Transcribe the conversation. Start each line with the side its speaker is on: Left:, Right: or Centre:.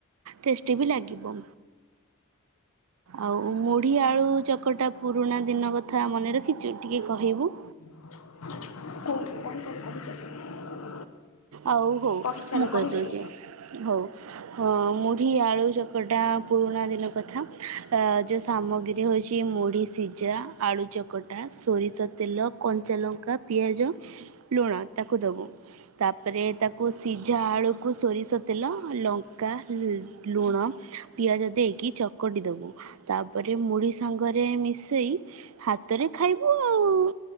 Right: ଟେଷ୍ଟି ବି ଲାଗିବ। ଆଉ ମୁଢ଼ି ଆଳୁ ଚକଟା ପୁରୁଣା ଦିନ କଥା ମନେ ରଖିଛୁ ଟିକେ କହିବୁ।
Left: <inaudible>
Right: ଆଉ ହଉ
Left: କହିଚାଲ
Right: ମୁଁ
Left: କହିଚାଲ
Right: କହିଦଉଛି ହଉ। ହଁ ମୁଢ଼ିଆଳୁ ଚକଟା ପୁରୁଣା ଦିନ କଥା ତା ଯେଉଁ ସାମଗ୍ରୀ ହଉଛି ମୁଢ଼ିସିଝା ଆଳୁଚକଟା ସୋରିଷତେଲ କଞ୍ଚାଲଙ୍କା ପିଆଜ। ଲୁଣ ତାକୁ ଦବୁ। ତାପରେ ତାକୁ ସିଝାଆଳୁକୁ ସୋରିଷତେଲ ଲଙ୍କା ଲୁଣ। ପିଆଜ ଦେଇକି ଚକଟି ଦବୁ ତାପରେ ମୁଢି ସାଙ୍ଗରେ ମିଶେଇ ହାତରେ ରେ ଖାଇବୁ ଆଉ